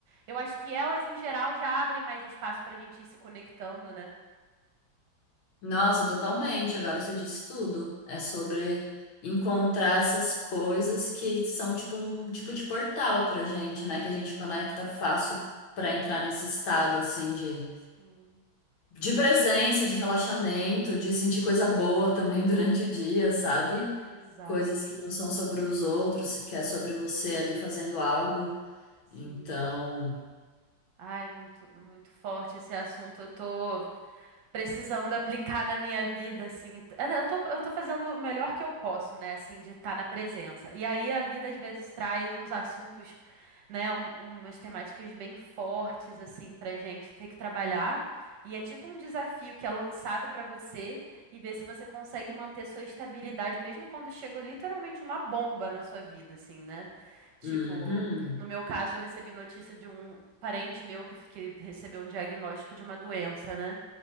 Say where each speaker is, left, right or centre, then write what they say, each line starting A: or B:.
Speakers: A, on the right (about 65°); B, on the left (about 80°).
A: Eu acho que elas em geral já abrem mais espaço para a gente ir se conectando, né?
B: Nossa, totalmente. Agora você disse tudo. É sobre encontrar essas coisas que são tipo um tipo de portal pra gente,
A: Uhum.
B: né? Que a gente conecta fácil pra entrar nesse estado assim de,
A: Sim,
B: de presença, de relaxamento, de sentir coisa boa também <laughs> durante o dia, sabe?
A: exato,
B: Coisas que não são sobre os outros, que é sobre você ali fazendo algo.
A: sim.
B: Então,
A: Ai, muito, muito forte esse assunto. Eu tô precisando aplicar na minha vida, assim. Ah, não, Eu tô, eu tô fazendo o melhor que eu posso, né, assim, de estar na presença. E aí a vida às vezes traz uns assuntos, né, um- umas temáticas bem fortes, assim, pra gente ter que trabalhar. E é tipo um desafio que é lançado pra você e ver se você consegue manter sua estabilidade, mesmo quando chega literalmente uma bomba na sua vida, assim, né? Tipo,
B: uhum.
A: no meu caso, eu recebi notícia de um parente meu que, que recebeu um diagnóstico de uma doença, né?